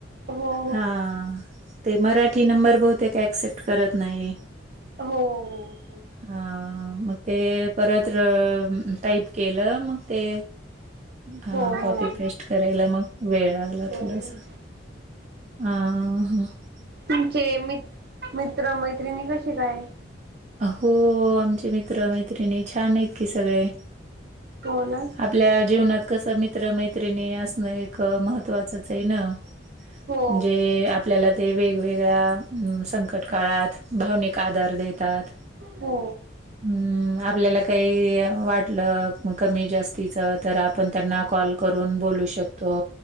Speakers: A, on the right; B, on the right.
A: हो
B: हा. ते मराठी नंबर बहुते का ऍक्सेप्ट करत नाही.
A: हो.
B: हा मग ते परत टाईप केलं मग. ते ह
A: हो हो
B: कॉपी पेस्ट करायला मग वेळ लागला
A: हो
B: थोडस. <unintelligible>
A: तुमचे मित्र मैत्रिणी कसे काय?
B: हो आमचे मित्र मैत्रिणी छान आहेत की सगळे.
A: होना.
B: आपल्या जीवनात कसं मित्र मैत्रिणी असणं एक महत्वाचंच आहे ना.
A: हो
B: म्हणजे. आपल्याला ते वेगवेगळ्या संकट काळात भावनिक आधार देतात.
A: हो.
B: हम्म आपल्याला काही वाटलं कमी जास्तीच तर. <inaudible> त्यांना कॉल करून बोलू शकतो